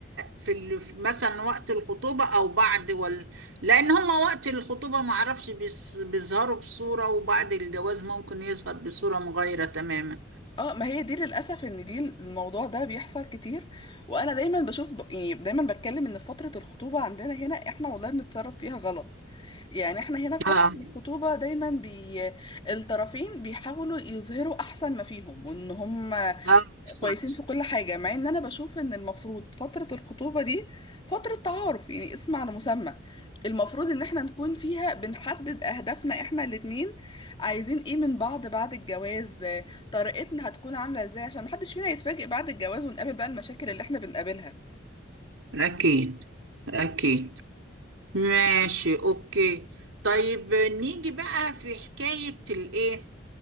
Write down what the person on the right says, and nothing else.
في ال مثلا وقت الخطوبة او بعد وال لان هما وقت الخطوبة ما اعرفش بيس- بيظهروا بصورة وبعد الجواز ممكن يظهر بصورة مغايرة تماما
اه
اه صح
اكيد اكيد ماشي اوكي طيب نيجي بقى في حكاية الايه